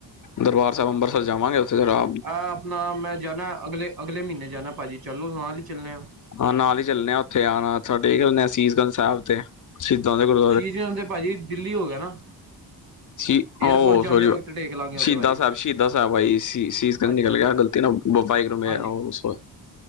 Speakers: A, on the left; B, on the right.
A: ਦਰਬਾਰ ਸਾਹਿਬ ਅੰਮ੍ਰਿਤਸਰ ਜਾਵਗੇ ਉੱਥੇ ਜ਼ਰਾ।
B: ਆ ਆਪਣਾ ਮੈਂ ਜਾਣਾ ਅਗਲੇ ਅਗਲੇ ਮਹੀਨੇ ਜਾਣਾ ਭਾਜੀ ਚੱਲੋ ਨਾਲ ਚੱਲੇ ਆ।
A: ਹਾਂ ਨਾਲ ਹੀ ਚੱਲਣੇ ਆ ਉੱਥੇ ਆਉਣਾ ਮੱਥਾ ਟੇਕ ਆਉਣੇ ਹਾ। ਅਸੀਸ ਗੰਜ ਸਾਹਿਬ ਤੇ। ਸ਼ਹੀਦਾਂ ਦੇ ਗੁਰਦੁਆਰੇ।
B: ਸ਼ੀਸ਼ ਗੰਜ ਤੇ ਭਾਜੀ ਦਿੱਲੀ ਹੋ ਗਿਆ ਨਾ।
A: ਸ਼ੀਸ਼
B: ਏਅਰਪੋਰਟ
A: ਉਹ
B: ਜਾਂਦੇ
A: ਸ਼ੋਰੀ।
B: ਵਕਤ ਟੇਕ ਲਾਂਗੇ ਉਹ
A: ਸ਼ਹੀਦਾਂ
B: ਤੇ ਭਾਜੀ
A: ਸਾਹਿਬ ਸ਼ਹੀਦਾਂ ਸਾਹਿਬ ਭਾਜੀ ਸ਼ੀਸ਼ ਗੰਜ
B: ਅੱਛਾ
A: ਨਹੀਂ ਨਿਕਲ
B: ਅੱਛਾ
A: ਗਿਆ,
B: ਅੱਛਾ
A: ਗਲਤੀ ਨਾ ਉਹ ਮੈਂ ਵਾਹਿਗੁਰੂ
B: ਹਾਂਜੀ
A: ਸ਼ੋਰੀ।